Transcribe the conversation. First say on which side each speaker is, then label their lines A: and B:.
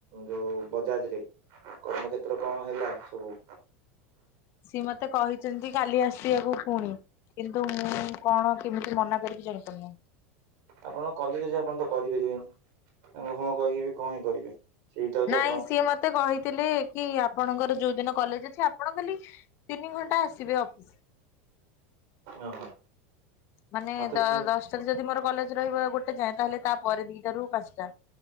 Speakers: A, on the right; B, on the left.
A: ଯୋଉ ବଜାଜରେ କର୍ମକ୍ଷେତ୍ର କଣ ହେଲା ସବୁ?
B: ସିଏ ମତେ କହିଛନ୍ତି କାଲି ଆସିବାକୁ ପୁଣି କିନ୍ତୁ ମୁଁ କଣ କେମିତି ମନା କରିକି ଜାଣିପାରୁନି।
A: ଆପଣ କଲେ ଯେ ଯିଏ ଆପଣ ତ କରିପାରିବେନି ତା ହଁ କହିକି କଣ ହିଁ କରିବେ। ସେଇଟା ହଉଛି
B: ନାଇଁ
A: ଆପଣ
B: ସିଏ ମତେ ମତେ କହିଥିଲେ କି ଆପଣଙ୍କର ଯୋଉ ଦିନ କଲେଜ ଅଛି ଆପଣ ଖାଲି ତିନି ଘଣ୍ଟା ଆସିବେ ଅଫିସ।
A: ଓହୋ।
B: ମାନେ
A: ମାତ୍ର
B: ଦ-ଦଶଟାରେ
A: ତିନି
B: ଯଦି ମୋର କଲେଜ ରହିବ ଗୋଟେ ଯାଏଁ ତାହେଲେ ତାପରେ ଦିଟାରୁ ପାଞ୍ଚଟା